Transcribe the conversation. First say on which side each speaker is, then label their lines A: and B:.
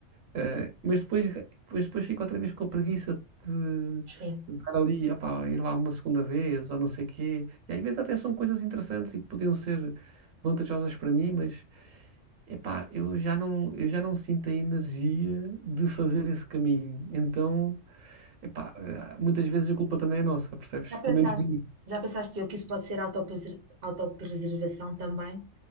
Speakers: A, on the right; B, on the right.
A: Eh, mas depois, depois, depois fico outra vez com a preguiça de,
B: Sim.
A: de estar ali, epá, ir lá uma segunda vez ou não sei quê. E às vezes até são coisas interessantes e que podiam ser vantajosas para mim, mas epá, eu já não, eu já não sinto a energia de fazer esse caminho. Então, epá, eh, muitas vezes a culpa também é nossa, percebes?
B: Já pensaste?
A: Pelo menos minha.
B: Já pensaste que o que isso pode ser autopreser- autopreservação também?